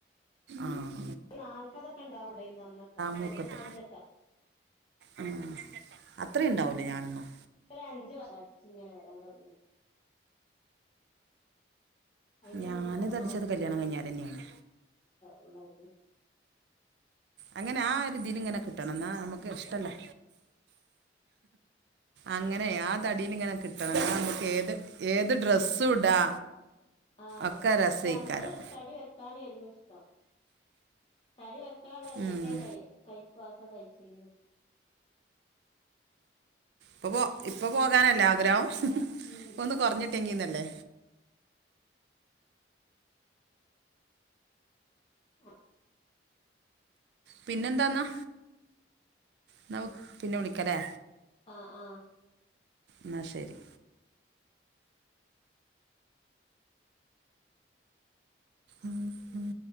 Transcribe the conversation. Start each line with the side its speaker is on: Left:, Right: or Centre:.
Right: ആഹ
Left: <unintelligible> താല്പതെക്കെ ഉണ്ടാവുണ്ട, ഒന്നക്ക നാല്പത്തഞ്ചൊക്കെ.
Right: മൂക്കത്ത് ആ അത്രയും
Left: ഞ
Right: ഉണ്ടാവൂല ഞാനൊന്നും
Left: ഒരു അഞ്ച് വ ച്ച്ങ്ങനെ വരാൻ തോന്നിട്ട്. അതിന്റെ
Right: ഞാന്
Left: മുമ്പൊക്കെ
Right: തടിച്ചത്
Left: നാല്പത്തഞ്ചക്കെ
Right: കല്യാണം കഴിഞ്ഞാരെന്നെയാണ്
Left: ഉണ്ടാരുന്നു.
Right: അങ്ങനെ ആ ഒരു ദി ന് ഇങ്ങനെ കിട്ടണം എന്നാ നമുക്ക് ഇഷ്ടല്ലേ. അങ്ങനെ ആ തടിൽങ്ങനെ കിട്ടണം. നമുക്ക് ഏത് ഏത് ഡ്രെസ്സും ഇടാ.
Left: ആ
Right: ഒക്കെ
Left: <unintelligible>
Right: രസേയ്ക്കാരം
Left: അന്ന്തടി വെക്കാനായിരുന്നു ഇഷ്ടം തടി വെ <unintelligible> എന്തൊക്കെയാ
Right: ഉം
Left: ക കഴിക്കക്കെ കഴിച്ചിരുന്നു.
Right: ഇപ്പോ ഇപ്പോ പോകാനല്ലേ
Left: ഇപ്പൊ
Right: ആഗ്രഹം?
Left: ഉം
Right: ഇപ്പോ ഒന്ന് കുറഞ്ഞിട്ടെങ്കിൽന്നല്ലേ.
Left: ആ
Right: പിന്നെന്താന്നാ? എന്നാ പിന്നെ വിളിക്ക ലേ
Left: ആ ആ
Right: ന്ന ശെരി ഉം ഉം